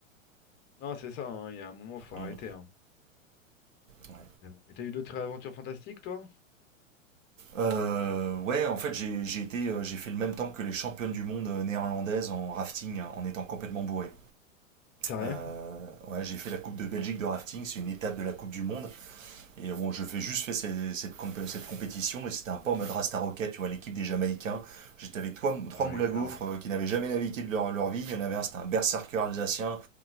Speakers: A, on the left; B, on the right.
A: Non, c'est ça, hein, il y a un moment, faut arrêter,
B: Mm.
A: hein.
B: Ouais.
A: Mais bon. Et t'as eu d'autres aventures fantastiques, toi?
B: Euh, ouais, en fait, j'ai j'ai été, euh, j'ai fait le même temps que les championnes du monde euh, néerlandaises en rafting, hein, en étant complètement bourré.
A: Sérieux?
B: Euh, ouais, j'ai fait la Coupe de Belgique de rafting, c'est une étape de la Coupe du Monde. Et bon, je fais juste fait ces- cette, compé- cette compétition et c'était un peu en mode Rasta Rocket, tu vois, l'équipe des Jamaïcains. J'étais avec trois, trois
A: Ah,
B: moules
A: énorme.
B: à gaufres euh, qui n'avaient jamais navigué de leur, leur vie. Il y en avait un, c'était un berserker alsacien,